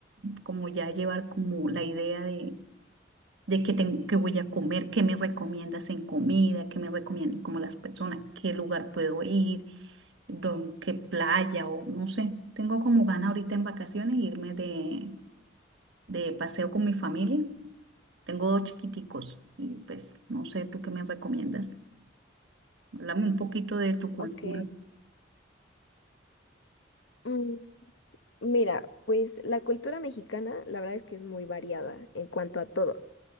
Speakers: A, on the right (about 75°); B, on the left (about 85°).
A: Como ya llevar como la idea de de qué, ten- qué voy a comer, qué me recomiendas en comida, qué me recomiendan como las personas, qué lugar puedo ir, don- qué playa o no sé. Tengo como gana ahorita en vacaciones irme de, de paseo con mi familia. Tengo dos chiquiticos y pues no sé, ¿tú qué me recomiendas? Háblame un poquito de tu cultura.
B: ok. Mm, mira, pues la cultura mexicana, la verdad es que es muy variada en cuanto a todo,